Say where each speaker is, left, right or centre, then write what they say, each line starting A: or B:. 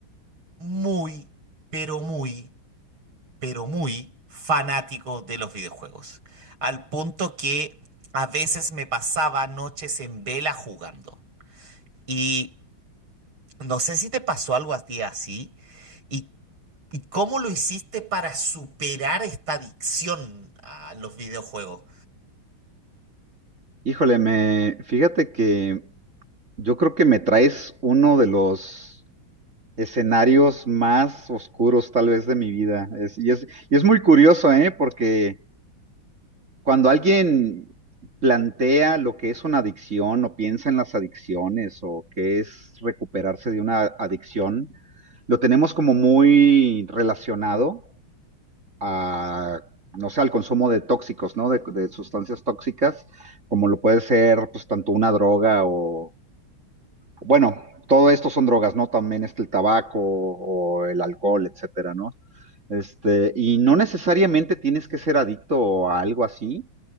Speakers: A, on the right; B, on the right.
A: muy, pero muy, pero muy fanático de los videojuegos. Al punto que a veces me pasaba noches en vela jugando. Y No sé si te pasó algo a ti así y, y cómo lo hiciste para superar esta adicción a los videojuegos.
B: Híjole, me fíjate que yo creo que me traes uno de los escenarios más oscuros tal vez de mi vida. Es- y es, y es muy curioso, ¿eh? Porque cuando alguien plantea lo que es una adicción o piensa en las adicciones o qué es recuperarse de una adicción, lo tenemos como muy relacionado a, no sé, al consumo de tóxicos, ¿no? De, de sustancias tóxicas, como lo puede ser, pues, tanto una droga o, bueno, todo esto son drogas, ¿no? También está el tabaco o el alcohol, etcétera, ¿no? Este, y no necesariamente tienes que ser adicto a algo así